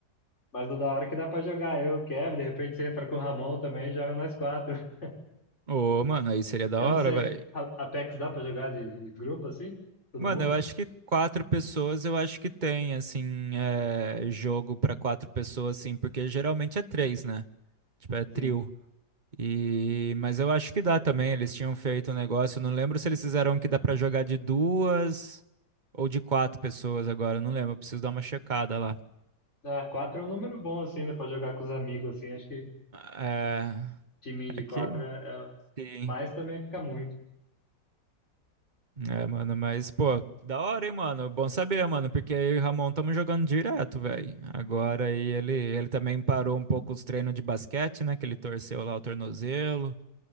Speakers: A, on the left; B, on the right.
A: Mas o da hora que dá pra jogar, eu, o Kevin, de repente você entra com o Ramon também e joga nós quatro. <laughs>
B: Ô, mano, aí seria da
A: Eu
B: hora,
A: não sei,
B: velho.
A: A- Apex dá pra jogar de, de grupo assim? Todo
B: Mano,
A: mundo?
B: eu acho que quatro pessoas, eu acho que tem, assim, é, jogo pra quatro pessoas, assim, porque geralmente é três, né? Tipo, é trio.
A: Sim.
B: E... Mas eu acho que dá também, eles tinham feito um negócio, eu não lembro se eles fizeram que dá pra jogar de duas ou de quatro pessoas agora, eu não lembro, eu preciso dar uma checada lá.
A: Ah, quatro é um número bom assim, né? Pra jogar com os amigos assim. Acho que
B: É,
A: timinho de
B: é
A: quatro
B: que...
A: é. é...
B: Sim.
A: Mas também fica muito.
B: É, mano, mas, pô, da hora, hein, mano? Bom
A: né?
B: saber, mano, porque eu e o Ramon estamos jogando direto, velho. Agora aí ele, ele também parou um pouco os treinos de basquete, né? Que ele torceu lá o tornozelo.